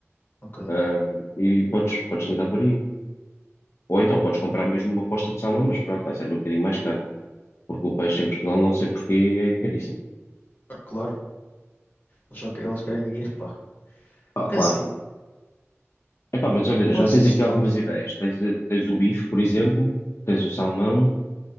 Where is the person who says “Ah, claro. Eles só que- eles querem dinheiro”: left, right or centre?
Left